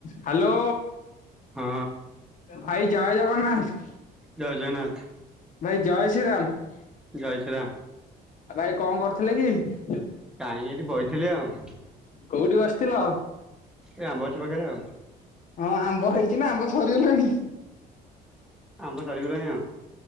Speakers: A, on the left; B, in the centre.
A: Hello.
B: ହଁ
A: ଭାଇ ଜୟ ଜଗନ୍ନାଥ।
B: ଜୟ ଜଗନ୍ନାଥ।
A: ଭାଇ ଜୟ ଶ୍ରୀରାମ।
B: ଜୟ ଶ୍ରୀରାମ।
A: ଭାଇ କଁ କରୁଥିଲେ କି?
B: କାଇଁ ଏଇଠୀ ବଇଥିଲି ଆଉ।
A: କୋଉଠି ବସିଥିଲ?
B: ଏ ଆମ୍ବଗଛ ପାଖରେ ଆଉ।
A: ହଁ ଆମ୍ବ ହେଇଛି ନା ଆମ୍ବ ସରିଗଲାଣି।
B: ଆମ୍ବ ସରିଗଲାଣି ଆଁ ଉ।